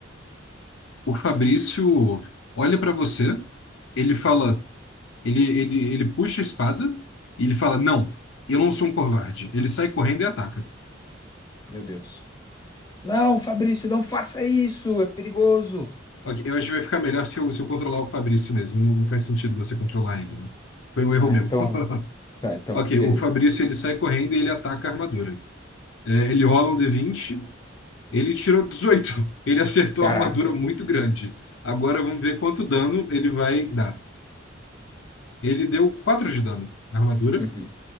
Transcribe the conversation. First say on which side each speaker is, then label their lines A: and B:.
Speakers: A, on the left (about 65°); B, on the left (about 20°).
A: O Fabrício olha pra você, ele fala, ele, ele, ele puxa a espada e ele fala, não, eu não sou um covarde. Ele sai correndo e ataca.
B: Meu Deus. Não, Fabrício, não faça isso, é perigoso.
A: Ok, eu acho que vai ficar melhor se eu, se eu controlar o Fabrício mesmo. Não, não faz sentido você controlar ele, não. Foi um erro
B: Ah,
A: meu.
B: então.
A: <laughs>
B: Tá, então,
A: Ok,
B: beleza.
A: o Fabrício ele sai correndo e ele ataca a armadura. É, ele rola um D20 Ele tirou 18. Ele acertou
B: Caraca.
A: a armadura muito grande. Agora vamos ver quanto dano ele vai dar. Ele deu 4 de dano na armadura.
B: Uhum,